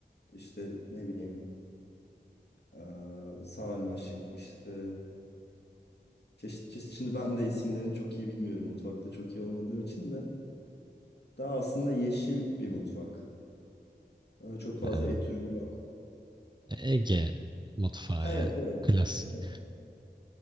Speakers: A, on the left; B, on the right.
A: İşte ne bileyim Ee, sarmaşık işte çeşit çeşit. Şimdi ben de isimlerini çok iyi bilmiyorum mutfakta çok iyi olmadığım için de. Daha aslında yeşil bir mutfak. Ee, çok fazla
B: Ha,
A: et ürünü yok.
B: Ege mutfağı
A: Evet
B: ya.
A: evet.
B: Klasik.
A: Evet.